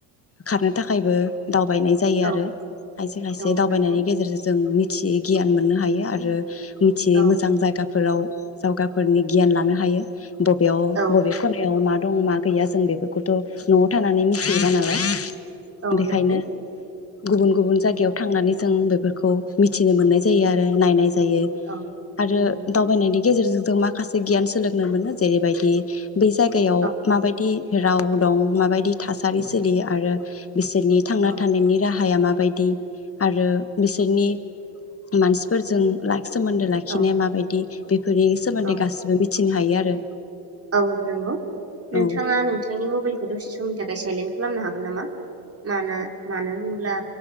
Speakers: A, on the left; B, on the right.
A: खारनो थाखायबो दावबायनाय जायो
B: औ
A: आरो खायसे खायसे
B: औ
A: दावबायनायनि
B: नंगौ
A: गेजेरजों जों मि मोनसे गियान मोननो हायो आरो। मिथियै
B: औ
A: मोजां जायगा फोराव जावगाफोरनि गियान लानो हायो। बबेयाव
B: औ
A: बबे खनायाव मा दं मा गैया जों बेफोरखौथ' न'आव थानानै मिथिजोबा नालाय
B: औ
A: बेखायनो
B: नंगौ।
A: गुबुन गुबुन जायगायाव थांनानै जों बेफोरखौ मिथिनो मोननाय जायो आरो नायनाय जायो। जायो।
B: औ
A: आरो
B: औ नंगौ
A: दावबायनायनि गेजेरजों जों माखासे गियान सोलोंनो मोनो जेरैबायदि बै जायगायाव
B: औ
A: माबायदि राव दं। माबायदि थासारि सोलियो आरो बिसोरनि थांना
B: औ
A: थानायनि राहाया मा बायदि आरो बिसोरनि मानसिफोरजों राय सोमोन्दो लाखिनाया
B: औ
A: माबायदि नि सोमोन्दै
B: औ
A: गासिबो मिथि हायो आरो
B: औ नंगौ नोंथाङा
A: औ
B: नोंथांनि मबाइलखौ दसे समनि थाखाय साइलेन्ट खालामनो हागोन नामा मान मानो होनब्ला